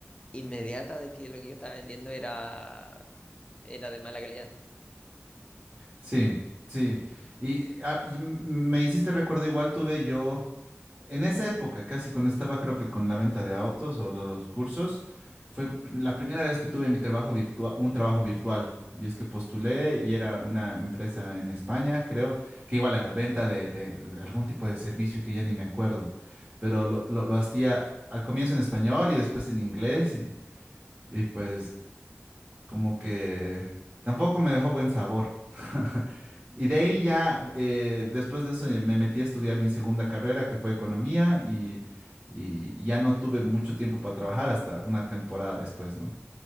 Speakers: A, on the left (about 20°); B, on the right (about 30°).
A: inmediata de que lo que yo estaba vendiendo era era de mala calidad.
B: Sí, sí. Y, ah, y m- me hiciste recuerdo, igual tuve yo, en esa época, casi cuando estaba creo que con la venta de autos o lo- los, cursos, fue la primera vez que tuve mi trabajo virtual, un trabajo virtual. Y es que postulé y era una empresa en España, creo, que igual era venta de, de- de algún tipo de servicio que ya ni me acuerdo. Pero lo, lo, lo hacía al comienzo en español y después en inglés y, y pues... como que tampoco me dejó buen sabor. <laughs> Y de ahí ya, eh, después de eso, ya me metí a estudiar mi segunda carrera, que fue economía, y, y ya no tuve mucho tiempo para trabajar hasta una temporada después, ¿no?